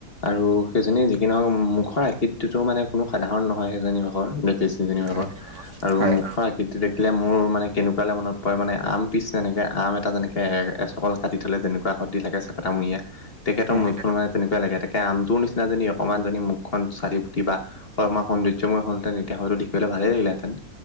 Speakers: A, on the left; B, on the right.
A: আৰু সেইজনী যিকি নহওক মুখৰ আকৃতিতো মানে কোনো সাধাৰণ নহয় সেইজনী ভাগৰ। বেচেৰীজনী ভাগৰ।
B: হয়
A: আৰু
B: হয়
A: মুখৰ আকৃতি দেখিলে মোৰ মানে কেনেকুৱালৈ মনত পৰে মানে আম পিচ যেনেকে আম এটা যেনেকে, এ এ চকল কাটি থ'লে যেনেকুৱা শৰ্দি থাকে চেপেটা মূৰিয়া তেখেতৰ
B: যেনেকে হয়
A: মুখখন মানে তেনেকুৱা লাগে। আমটোৰ নিচিনা যদি অকণমান মুখখন চাৰি ফুতিয়া- অকণমান হ'লো সৌন্দৰ্য্যময় হ'লহেতেন তেতিয়া হয়তো দেখিবলৈ ভালেই লাগিলে হেতেন।